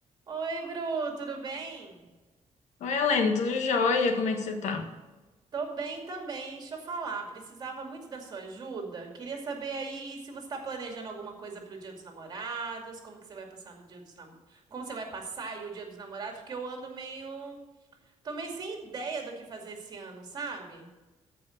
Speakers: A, on the right; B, on the left.
A: Oi, Bru, tudo bem?
B: Oi, Helene, tudo jóia? Como é que você tá?
A: Tô bem também. Deixa eu falar, precisava muito da sua ajuda. Queria saber aí se você está planejando alguma coisa para o Dia dos Namorados, como que você vai passar no Dia dos Nam... como você vai passar aí o Dia dos Namorados, porque eu ando meio, tô meio sem ideia do que fazer esse ano, sabe?